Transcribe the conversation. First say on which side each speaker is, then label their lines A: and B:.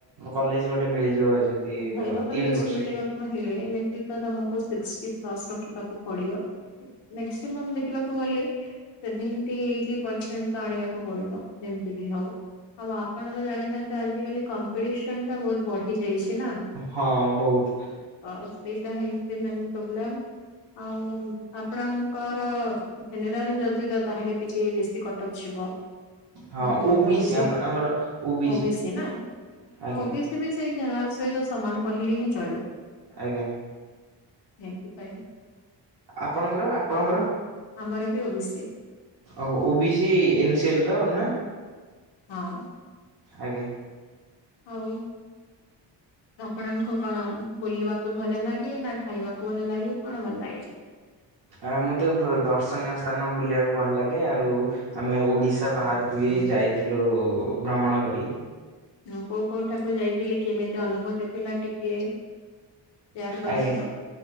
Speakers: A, on the right; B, on the left.
A: କଲେଜ ଗୋଟେ ମିଳିଯିବ <unintelligible>
B: ଭଲ କଲେଜ
A: ୟୁନିଭର୍ସିଟି।
B: ମିଳିବା କହେଲେ ଏମିତି ତ ତମକୁ ସିକ୍ସଟି ପ୍ଲସ ରଖିବାକୁ ପଡିବ। ମକ୍ସିମମ୍ ଦେଖିବାକୁ ଗଲେ ସେଭେଣ୍ଟି ଏଇଟି ପରସେଣ୍ଟ ତ ଆଣିବାକୁ ପଡିବ ଯେମିତି ବି ହଉ। ଆଉ ଆପଣ ତ ଜାଣିଛନ୍ତି ଆଜିିକାଲି କମ୍ପିଟିସନ ଟା ବହୁତ ବଢିଯାଇଛି ନା।
A: ହଁ ବହୁତ।
B: ୱାଉ ସେଇଟା ହେଇଛି ମେନ ପ୍ରବ୍ଲେମ। ଆଉ ଆପଣଙ୍କର ଜେନେଲାର ଯଦି ତ ତାହେଲେ ଟିକେ ବେଶୀ କ ଟପ ଯିବ।
A: ହଁ
B: ଓ
A: ଓବିସି
B: ବି ସି,
A: ଆମର ଆମର ଓବିସି
B: ଓ ବି ସି ନାଁ
A: ଆଜ୍ଞା
B: ଓ ବି ସେ ବି ସେଇ ଜେନେରାଲ ସହିତ ସମାନ କହିଲେ ହିଁ ଚଳେ।
A: ଆଜ୍ଞା।
B: ହେତି ପାଇଁ
A: ଆପଣଙ୍କର ଆପଣଙ୍କର
B: ଆମର ବି O B C.
A: ଓୋହ O B C N C L ତ ନାଁ।
B: ହଁ।
A: ଆଜ୍ଞା।
B: ହଉ। ଆପଣଙ୍କୁ କଣ ବୁଲିବାକୁ ଭଲ ଲାଗେ ନା ଖାଇବାକୁ ଭଲ ଲାଗେ କଣ ଭଲ ଲାଗେ?
A: ଆ ମୋତେ ବ ଦର୍ଶନୀୟ ସ୍ଥାନ ବୁଲିବାକୁ ଭଲ ଲାଗେ ଆଉ। ଆମେ ଓଡ଼ିଶା ବାହାରକୁ ବି ଯାଇଥିଲୁ ଭ୍ରମଣ କରି।
B: ମୁଁ କୋଉ କୋଉଠାକୁ ଯାଇଥିଲି କେମିତି ଅନୁଭୂତି ଥିଲା ଟିକେ ସେୟାର କରନ୍ତୁ।
A: ଆଜ୍ଞା